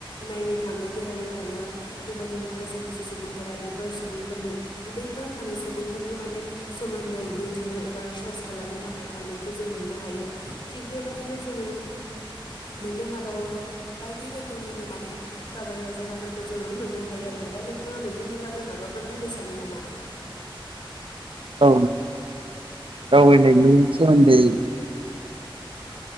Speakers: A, on the left; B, on the right.
A: नायनो थाङो बेरायनो थाङो बेबायदिनो खायसे खायसे सुबुंफोरा बेफोर सुबुंफोरनि बैफोराव थानाय सुबुंफोरनि माने सोमोन्दै मि- बिनो एबा रिसार्च खालामनो थाखाय थांनायखौ जों मोननो हायो थिग बेबाददिनो जोङो मोननो हाबावो बायदि रोखोमनिनो माने दावबायग्रा जायगाफोरखौ जोङो मोननो हायो आरोना दा नोंथाङा बेफोरनि बागै माबाफोर बुंनो सानो नामा
B: औ औै नायनि सोमोन्दै